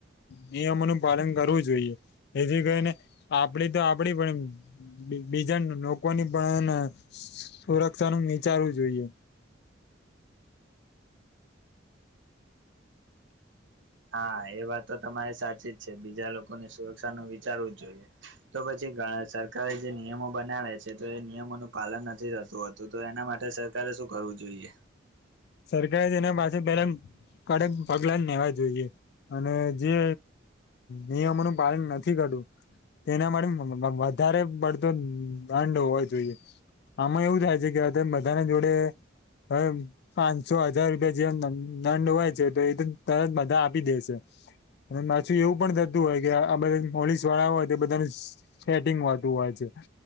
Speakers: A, on the left; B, on the right.
A: નિયમોનું પાલન કરવું જોઈએ એથી કરીને આપડી તો આપડી પણ. બીજા લોકોની પણ એને સુરક્ષા ન વિચારવું જોઈએ
B: હા એ વાત તો તમારે સાચી જ છે બીજા લોકોની સુરક્ષા નું વિચારવું જ જોઈએ. તો પછી સરકારે જે નિયમો બનાવે છે તો એ નિયમોનું પાલન નથી થતું. તો હતું તો એના માટે સરકારે શું કરવું જોઈએ.
A: સરકારે તેના પાસે પેલા કડક પગલા લેવા જોઈએ. અને જે નિયમોનું પાલન નથી કરું. એના માટે વધારે પડતો દંડ હોવો જોઈએ. આમાં એવું થાય છે કે બધાને જોડે હવે. પાંચસો હજાર રૂપિયા જેવ દંડ હોય છે તો એ તો તરત બધા આપી દે છે. અને માછું એવું પણ થતું હોય કે આ બધા પોલીસ વાળા હોય તો બધાનું. શેટિંગ વાતુ હોય છે.